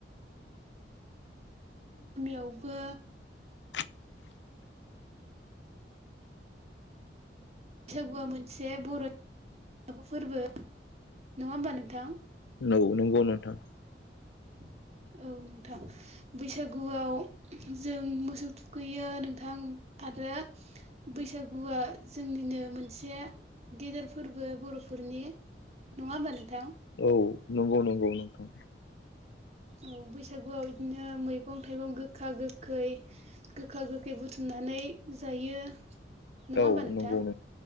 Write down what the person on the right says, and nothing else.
गामियावबो बैसागुआ मोनसे बर'नि फोरबो नङा होमबा नोंथां
<inaudible> औ नोंथां बैसागुआव जों मोसौ थुखैयो नोंथां आरो बैसागुआ जोंनिनो मोनसे गेदेर फोरबो बर'फोर रनि नङाबा नोंथां
औ बैसागुआव बिदिनो मैगं थाइगं गोखा गोखै गोखा गोखै बुथुमनानै जायो। नङा
होमबा नोंथां